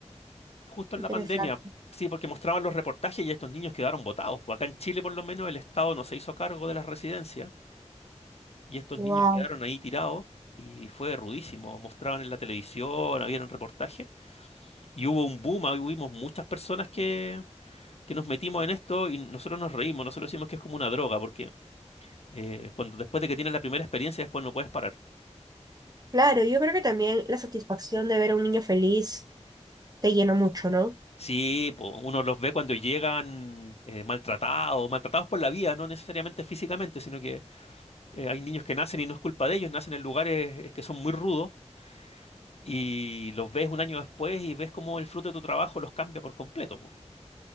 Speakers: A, on the left; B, on the right.
A: Justo en
B: interesante.
A: la pandemia. Sí, porque mostraban los reportajes y estos niños quedaron botados. Pues acá en Chile, por lo menos, el Estado no se hizo cargo de las residencias y estos
B: Wow.
A: niños quedaron ahí tirados y fue rudísimo. Mostraban en la televisión, habían reportajes y hubo un boom. Ahí hubimos muchas personas que, que nos metimos en esto y nosotros nos reímos. Nosotros decimos que es como una droga porque eh, cuando después de que tienes la primera experiencia, después no puedes parar.
B: Claro, yo creo que también la satisfacción de ver a un niño feliz te llena mucho, ¿no?
A: Sí, po, uno los ve cuando llegan eh, maltratados, maltratados por la vida, no necesariamente físicamente, sino que eh, hay niños que nacen y no es culpa de ellos, nacen en lugares eh, que son muy rudos y los ves un año después y ves cómo el fruto de tu trabajo los cambia por completo, po.